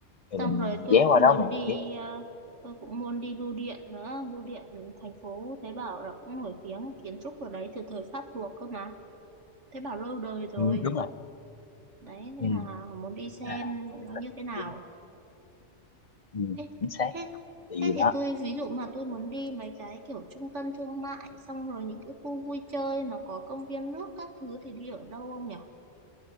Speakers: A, on the left; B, on the right.
A: thì
B: xong
A: mình
B: rồi tôi
A: ghé
B: cũng
A: qua đó
B: muốn
A: mình
B: đi,
A: ghé
B: ờ, tôi cũng muốn đi bưu điện nữa. Bưu điện thành phố thấy bảo là cũng nổi tiếng kiến trúc ở đấy từ thời Pháp thuộc cơ mà. Thấy bảo lâu đời rồi.
A: ừ, đúng rồi
B: Đấy, nên
A: ừ.
B: là muốn đi xem
A: à, mình
B: nó như thế
A: check-in.
B: nào.
A: ừ,
B: Thế,
A: chính xác
B: thế,
A: tại vì
B: thế
A: đó
B: thì tôi ví dụ mà tôi muốn đi mấy cái kiểu trung tâm thương mại xong rồi những cái khu vui chơi mà có công viên nước các thứ thì đi ở đâu không nhỉ?